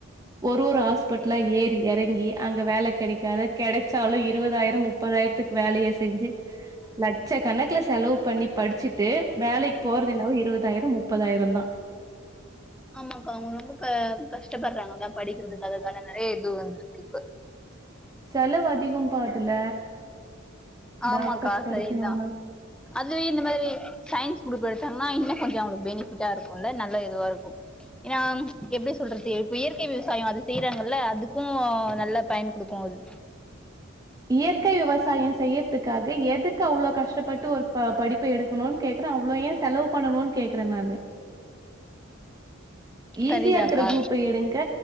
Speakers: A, on the right; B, in the centre.
A: ஒரு ஒரு ஹாஸ்பட்லா ஏறி எறங்கி அங்கே வேல கெடைக்காத கெடச்சாலு இருவதாயிரம் முப்பதாயிரத்துக் வேலைய செஞ்சி லட்சக் கணக்லச் செலவுப் பண்ணிப் படிச்சிட்டு வேலைக் போறது என்னவோ இருவதாயிரம் முப்பதாயிரந்தா
B: ஆமாக்கா அவுங்க ரொம்ப க கஷ்டப்பர்றாங்கதா படிக்கிறதுக்காகக்கான நெறைய <unintelligible>
A: செலவு அதிகம்ப்பா அதுல
B: ஆமாக்கா
A: டாக்டர் படிக்கணுன்னா
B: சரிதா அதுவே இந்த மாரி சயின்ஸ் குரூப் எடுத்தாங்னா இன்னு கொஞ்சோ அவுங்ளுக்கு பெனிஃபிட்டா இருக்குல்ல நல்ல இதுவா இருக்கு எனாம் எப்டி சொல்றது இப்ப இயற் கை விவசாயோ அது செய்றாங்கல்ல அதுக்கு நல்லப்பயன் குடுக்கு அது...
A: இயற்கை விவசாயோ செய்யர்த்துக்காக எதுக்கு அவ்ளோ கஷ்டப்பட்டு ஒரு ப படிப்ப எடுக் க்கணுன் கேக்றே அவ்ளோ ஏ செலவுப் பண்ணணுன் கேக்றே நானு ஈஸியா
B: சரிதாக்கா
A: இருக்ற குரூப்ப எடுங்க